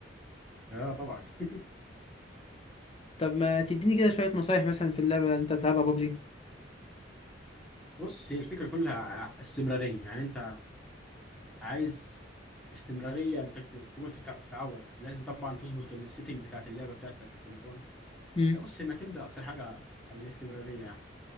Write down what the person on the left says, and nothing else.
طب ما تديني كده شوية نصايح مثلا في اللعبة اللي انت بتلعبها ببجي
امم